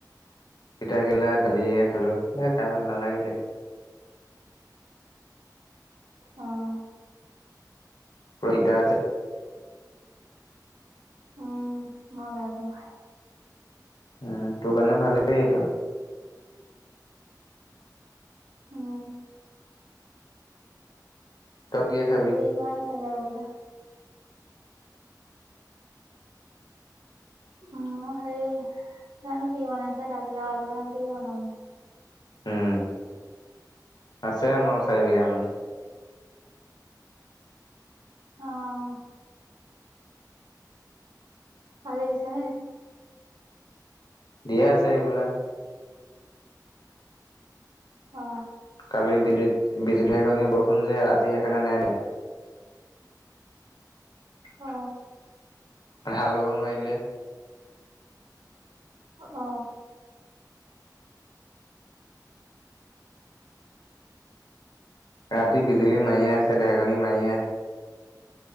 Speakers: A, on the left; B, on the right.
A: তিতা কেৰেলা দালিয়ে খালো এ খাই ভাল নালাগিলে
B: উম
A: পোৰখ তিতা যে
B: উম মই বেয়া পাওঁ খাই
A: উম তোৰ কাৰণে ভালে এইবিলাক
B: উম
A: তই কিহে খাবি?
B: মাটি কিমান আছে গে ৰুবলে উম সেই জানো কি বনাইছে দালি আৰু আলুৱে হ'ব আৰু নো কি বনাব আৰু
A: উম আছে আমাৰ আৰু চাৰি বিঘা মান
B: অ আজি দিছা নে
A: দিয়ে আছে ৰেগুলাৰ
B: অ
A: কালি বিলুত বিজুলী ঢেৰেকণি বৰষুণ যে আজি সেইকাৰণে নাই দিয়া
B: অ
A: মানে হাল বাব নোৱাৰিলে
B: অ
A: ৰাতি বিজুলী মাৰিয়ে আছে ধেৰকণী মাৰিয়ে আছে